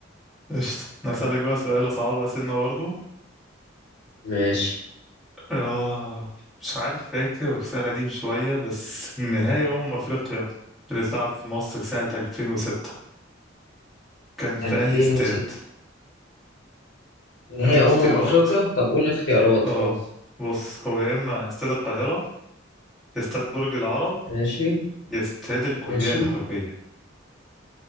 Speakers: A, in the centre; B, on the left.
A: قشطة نسألك بقى سؤال صعبة سنة برضه
B: ماشي
A: آه مش عارف فاكر بس سؤال قديم شوية بس نهائي أمم أفريقيا اللي اتلعب في مصر سنة 2006 كان في
B: 2006
A: أنهي استاد؟
B: نهائي
A: هديك
B: أمم
A: اختيارات
B: أفريقيا طب قول الاختيارات
A: اه
B: اه
A: بص هو يا إما استاد القاهرة يا استاد برج العرب
B: ماشي
A: يا استاد الكلية
B: ماشي
A: الحربية